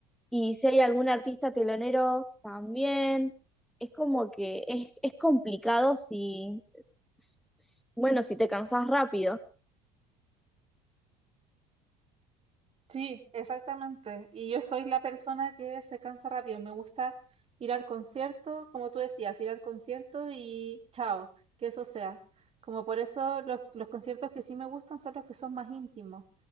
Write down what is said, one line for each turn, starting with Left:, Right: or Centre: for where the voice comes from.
Centre: y si hay algún artista telonero también, es como que es, es complicado si, s- s- bueno, si te cansás rápido.
Right: Sí, exactamente. Y yo soy la persona que se cansa rápido. Me gusta ir al concierto, como tú decías, ir al concierto y chao, que eso sea. Como por eso los, los conciertos que sí me gustan son los que son más íntimos,